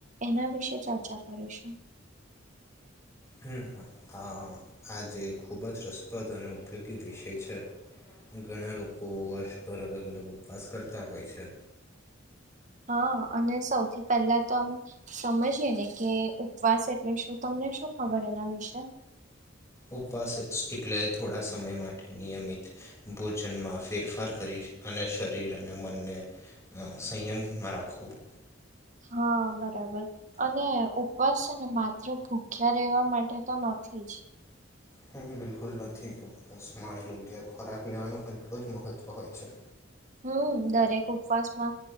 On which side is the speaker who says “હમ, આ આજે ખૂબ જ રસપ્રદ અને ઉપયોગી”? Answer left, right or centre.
Left